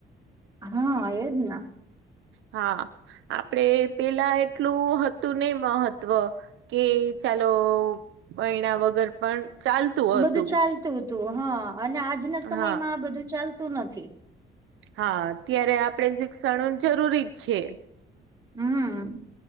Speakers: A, on the right; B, on the right.
A: હા એ જના.
B: હા, આપડે પેલા એટલું હતું નહી મહત્વ. કે ચાલો ભયના વગર પણ ચાલતું હતું
A: બધું ચાલતું હતું હા અને આજના સમયમાં
B: હા
A: આ બધું ચાલતું નથી.
B: હા ત્યારે આપડે શિક્ષણ જરૂરી જ છે.
A: હમ્મ